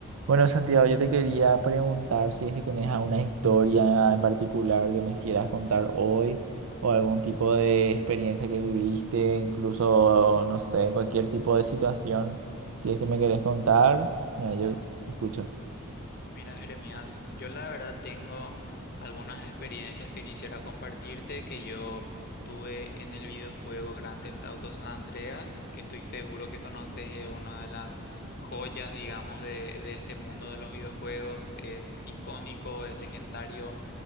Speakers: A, on the right; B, on the left.
A: Bueno, Santiago, yo te quería preguntar si es que tenés alguna historia en particular que me quieras contar hoy o algún tipo de experiencia que viviste, incluso, no sé, cualquier tipo de situación, si es que me querés contar, mira, yo escucho.
B: Mira, Jeremías, yo la verdad tengo algunas experiencias que quisiera compartirte que yo tuve en el videojuego Grand Theft Auto San Andreas, que estoy seguro que conoces, es una de las joyas, digamos, de, de este mundo de los videojuegos. Es icónico, es legendario.